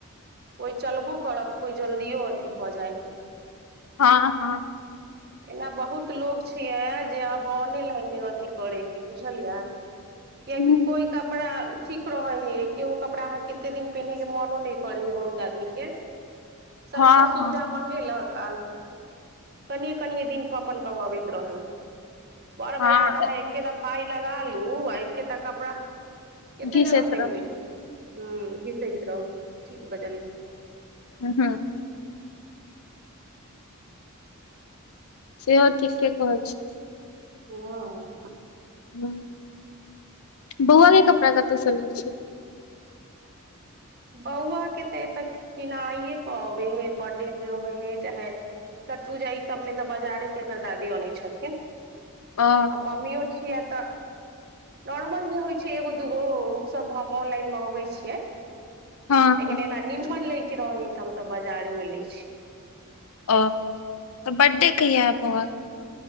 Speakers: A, on the right; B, on the left.
A: कोइ चलबो करत कोइ जल्दियो अथी भऽ जाइ हइ
B: हँ, हँ
A: एना बहुत लोग छिये जे आब ऑनेलाइन अथी करे हेय बुझलियै किएकि
B: हूँ
A: कोइ कपड़ा ठीक रहे हय, एकगो कपड़ा अहाँ कते दिन पहिन के मनो नहि करे हेय। <unintelligible> आदमी के सस्ता
B: हँ
A: सुविधा
B: हँ
A: म मगेलक आ कनिये कनिेये दिन पर अपन मंगाबैत रहल बड़ बाजार
B: हँ
A: मे अहाँ एकेटा पााय लगा लू आ एकेटा कपड़ा कतेक
B: घी
A: जगा
B: से
A: पेन्बे
B: ह
A: हू घीसेत रहू ठीक बजलय
B: हू हू सेहो ठीके कहै छिए
A: हँ
B: ह बउआ लेल कपड़ा कतय छ आबे छै
A: बौआ के तऽ एतऽ किनाइए कहऽ अबे हे बर्थडे मऽ रहे हे चाहे छठ पूजा ई सब मे तऽ बजारे से एकर दादी आनै छथिन
B: आ
A: आ मम्मीो छियै तऽ नॉर्मल जे होइ छै एगो दूगो ओ सब हम ऑनलाइन मंगबै छियै
B: हँ
A: लेकिन
B: हँ
A: एना निममन ले के रहे है तऽ हमस बाजारे मे ले छी
B: ओ तऽ बर्थडे कहिए अय बऊआ क